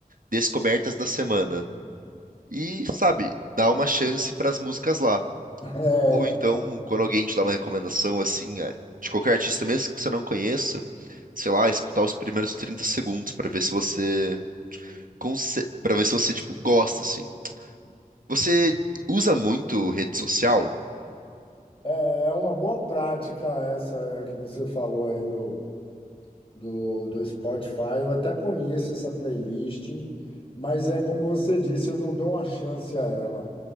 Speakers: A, on the right (about 65°); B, on the left (about 35°).
A: Descobertas da Semana. E, sabe, dá uma chance pras músicas lá.
B: <laughs>
A: Ou então,
B: É.
A: quando alguém te dá uma recomendação assim, é, de qualquer artista mesmo que você não conheça, sei lá, escutar os primeiros 30 segundos pra ver se você conse- pra ver se você tipo gosta assim. Você usa muito rede social?
B: É é uma boa prática essa é, que você falou aí do, do, do Spotify. Eu até conheço essa playlist, mas é como você disse, eu não dou uma chance a ela.